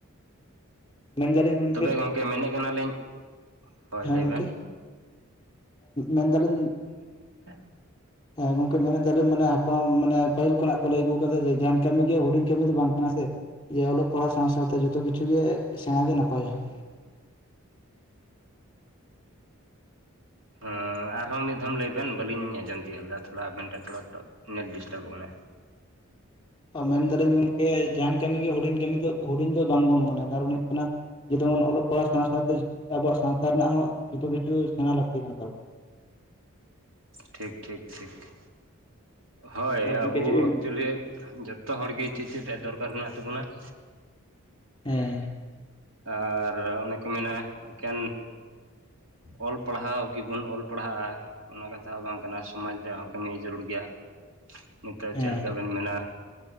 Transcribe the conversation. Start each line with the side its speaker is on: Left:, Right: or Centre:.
Left: ᱢᱮᱱ ᱫᱟᱞᱤᱧ,
Right: ᱛᱚᱵᱮ ᱜᱚᱝᱠᱮ ᱢᱮᱱᱮᱫ ᱠᱟᱱᱟᱞᱤᱧ, ᱦᱳᱭ
Left: ᱦᱮᱸ
Right: ᱞᱟᱹᱭ
Left: ᱜᱚᱝᱠᱮ
Right: ᱵᱮᱱ ᱾
Left: ᱢᱮᱱᱫᱟᱞᱤᱧ?
Right: <inaudible>
Left: ᱦᱮᱸ ᱜᱚᱝᱠᱮ ᱢᱮᱱᱮᱫ ᱛᱟᱦᱮᱞᱤᱤᱧ ᱢᱟᱱᱮ ᱦᱟᱯᱲᱟᱢ ᱢᱟᱱᱮ ᱯᱟᱹᱦᱤᱞ ᱠᱷᱚᱱᱟᱜ ᱠᱚ ᱞᱟᱹᱭ ᱟᱹᱜᱩ ᱠᱟᱫᱟ ᱡᱮ, ᱡᱟᱦᱟᱱ ᱠᱟᱹᱢᱤ ᱜᱮ ᱦᱩᱰᱤᱧ ᱠᱟᱹᱢᱤ ᱫᱚ ᱵᱟᱝ ᱠᱟᱱᱟ ᱥᱮ ᱡᱮ ᱚᱞᱚᱜ ᱯᱟᱲᱦᱟᱣ ᱥᱟᱶ ᱥᱟᱶᱛᱮ ᱡᱚᱛᱚ ᱠᱤᱪᱷᱩ ᱜᱮ ᱥᱮᱬᱟ ᱜᱮ ᱱᱟᱯᱟᱭᱟ ᱾
Right: ᱦᱸ ᱟᱨᱦᱚᱸ ᱢᱤᱫ ᱫᱷᱷᱟᱚᱢ ᱞᱟᱹᱭ ᱵᱮᱱ ᱵᱟᱞᱤᱧ ᱟᱸᱚᱢ ᱛᱳᱜ ᱞᱮᱫᱟ᱾ ᱛᱷᱚᱲᱟ ᱟᱵᱮᱱ ᱴᱷᱮᱱ ᱛᱷᱚᱲᱟ ᱱᱮᱴ ᱰᱤᱥᱴᱟᱵᱚᱜ ᱠᱟᱱᱟ ᱾
Left: ᱢᱮᱱᱫᱟᱞᱤᱧ ᱜᱚᱝᱠᱮ ᱡᱟᱦᱟᱱ ᱠᱟᱹᱢᱤ ᱜᱮ, ᱦᱩᱰᱤᱧ ᱠᱟᱹᱢᱤ ᱫᱚ ᱦᱩᱰᱤᱧ ᱫᱚ, ᱵᱟᱝᱵᱚᱱ ᱢᱚᱱᱮᱭᱟ ᱠᱟᱨᱚᱱ ᱦᱩᱭᱩᱜ ᱠᱟᱱᱟ, ᱡᱮᱢᱚᱱ ᱚᱞᱚᱜ ᱯᱟᱲᱦᱟᱜ ᱥᱟᱶ ᱥᱟᱶᱛᱮ, ᱟᱵᱩᱣᱟᱜ ᱥᱟᱶᱛᱟ ᱨᱮᱱᱟᱜ ᱦᱚᱸ ᱡᱚᱛᱚ ᱠᱤᱪᱷᱩ ᱥᱮᱬᱟ ᱞᱟᱹᱠᱛᱤ ᱠᱟᱱ ᱛᱟᱵᱚᱱᱟ ᱾
Right: ᱴᱷᱤᱠ ᱴᱷᱤᱠ ᱴᱷᱤᱠ ᱾ ᱦᱳᱭ
Left: ᱦᱮᱸ ᱜᱚᱝᱠᱮ
Right: ᱟᱵᱚ
Left: ᱪᱮᱫ ᱵᱤᱱ
Right: ᱮᱠᱪᱩᱭᱮᱞᱤ ᱡᱚᱛᱚ ᱦᱚᱲᱜᱮ ᱪᱮᱫ ᱪᱮᱫ ᱨᱮᱭᱟᱜ ᱫᱚᱨᱠᱟᱨ ᱢᱮᱱᱟᱜ ᱛᱟᱵᱚᱱᱟ ᱾
Left: ᱦᱮᱸ
Right: ᱟᱨ ᱚᱱᱮ ᱠᱚ ᱢᱮᱱᱟ ᱮᱠᱮᱱ ᱚᱞ ᱯᱟᱲᱦᱟᱣ ᱜᱮᱵᱚᱱ ᱚᱞ ᱯᱟᱲᱦᱟᱜᱼᱟ ᱾ ᱚᱱᱟ ᱠᱟᱛᱷᱟ ᱵᱟᱝ ᱠᱟᱱᱟ, ᱥᱚᱢᱟᱡ ᱨᱮᱭᱟᱜ ᱦᱚᱸ ᱠᱟᱹᱢᱤ ᱡᱟᱹᱨᱩᱲ ᱜᱮᱭᱟ ᱾ ᱱᱤᱛᱚᱜ
Left: ᱦᱮᱸ
Right: ᱪᱮᱫ ᱞᱮᱠᱟᱵᱱ ᱢᱮᱱᱟ